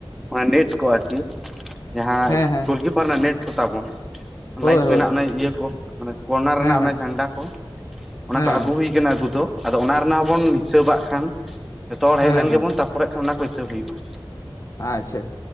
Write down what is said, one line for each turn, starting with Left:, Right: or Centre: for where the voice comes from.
Centre: ᱢᱟᱱᱮ ᱱᱮᱴ ᱠᱚ ᱟᱨᱠᱤ᱾ ᱡᱟᱦᱟᱸ
Left: ᱦᱮᱸ ᱦᱮᱸ
Centre: ᱜᱳᱞᱠᱤᱯᱟᱨ ᱨᱮᱱᱟᱜ ᱱᱮᱴ ᱠᱚᱛᱟᱵᱚᱱ,
Left: ᱦᱳᱭ
Centre: ᱞᱟᱭᱤᱥ
Left: ᱦᱳᱭ
Centre: ᱢᱮᱱᱟᱜ ᱚᱱᱟ ᱤᱭᱟᱹ ᱠᱚ᱾ ᱢᱟᱱᱮ ᱠᱚᱨᱱᱟᱨ
Left: ᱦᱮᱸ
Centre: ᱨᱮᱱᱟᱜ
Left: ᱦᱮᱸ
Centre: ᱚᱱᱮ ᱡᱷᱟᱱᱰᱟ ᱠᱚ᱾ ᱚᱱᱟ
Left: ᱦᱮᱸ
Centre: ᱠᱚ ᱟᱹᱜᱩ ᱦᱩᱭ ᱠᱟᱱᱟ ᱟᱹᱜᱩ ᱫᱚ᱾ ᱟᱫᱚ ᱚᱱᱟ ᱨᱮᱱᱟᱜ ᱦᱚᱵᱚᱱ ᱦᱤᱥᱟᱹᱵᱟᱜ ᱠᱷᱟᱱ᱾ ᱡᱚᱛᱚ ᱦᱚᱲ
Left: ᱦᱮᱸ
Centre: ᱦᱮᱡ ᱞᱮᱱ
Left: ᱦᱮᱸ
Centre: ᱜᱮᱵᱚᱱ ᱛᱟᱨᱯᱚᱨᱮᱜ ᱠᱷᱟᱱ ᱚᱱᱟ ᱠᱚ ᱦᱤᱥᱟᱹᱵ ᱦᱩᱭᱩᱜᱼᱟ᱾
Left: ᱟᱪᱪᱷᱟ,